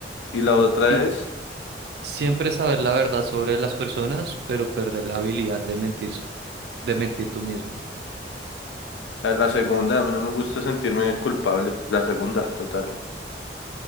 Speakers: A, on the left (about 85°); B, on the right (about 60°).
A: Y la otra
B: Y
A: es,
B: siempre saber la verdad sobre las personas, pero perder la habilidad de mentir, so- de mentir tú mismo.
A: eh, la segunda, a mí no me gusta sentirme culpable. La segunda, total.